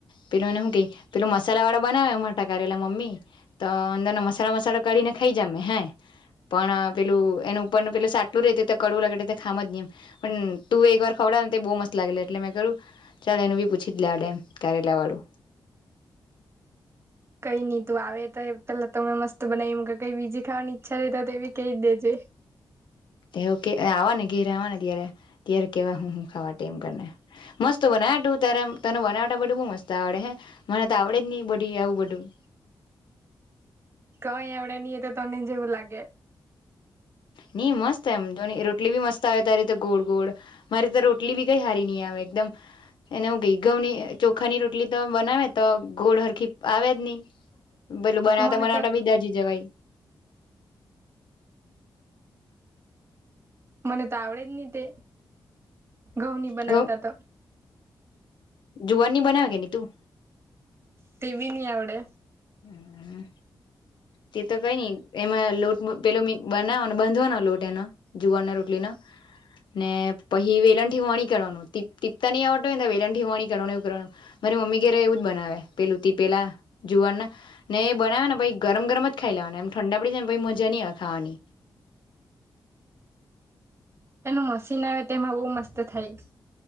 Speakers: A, on the left (about 75°); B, on the right (about 35°).
A: પેલું એને હું કઈ. પેલું મસાલા વાળા બનાવે માટા કરેલા મમ્મી તો અંદર ન મસાલા મસાલા કરીને ખાઈ જમ મે હે. પણ પેલું એનું ઉપરનું પેલું સાટલું રેતું તો કડવું લાગે ખામ જ ની એમ તું એકવાર ખવડાવે ને તે બહુ મસ્ત લાગે એટલે મેં કરું ચાલ એનું બી પૂછી જ લેવાડે એમ કારેલા વાળું.
B: કઈ નહી તું આવે તો પેલા તો મેં મસ્ત બનાવી કે કઈ બીજી ખાવાની ઈચ્છા રે તો એવી કઈ દેજે.
A: તેવું કે આવા ને ઘેરે આવા ને ત્યારે ત્યારે કેવા હું હું ખાવા તેમ કરને મસ્ત બના ના તું ત્યારે તને બનાવતા બધું બો મસ્ત આવડે હે મને તો આવડે જ ની બધું આવું બધું. <inaudible>
B: કઈ આવડે ની એ તો તને જ એવું લાગે.
A: ની મસ્ત એમ જોની રોટલી બી મસ્ત આવે તારી તો ગોળ ગોળ મારી તો રોટલી બી કઈ હારી ની એકદમ એને હું કેઈ ઘઉની ચોખાની રોટલી તો બનાવે તો ગોળ હરખી આવે જ ની. પેલું બનાવતા
B: મને
A: બનાવતા
B: તો
A: બી દાજી જવાય.
B: મને તો આવડે જ ની તે ઘઉં ની બનાવતા
A: ઘઉ
B: તો
A: જુવારની બનાવે કે ની તું
B: તે બી ની આવડે
A: હમ્મ તે તો કઈ નઈ એમાં લોટ પેલો બનાવો બાંધવાનો લોટ એનો જુવારની રોટલીનો ને પહિ વેલણ થી વણી કારવાનું, ટીપ ટીપતા નહી આવ હોય વેલણ થી વણી કરવાનું એવું કરવાનું. મારી મમ્મી ઘેરે એવું જ બનાવે પેલું ટીપેલા જુવારના ને એ બનાવે ને પહિ ગરમ ગરમ જ ખાઈ લેવાનું એમ ઠંડા પડી જાય પહિ ને મજા ની આવે ખાવાની. <inaudible>
B: એનું મશીન આવે તેમાં બહુ મસ્ત થાય.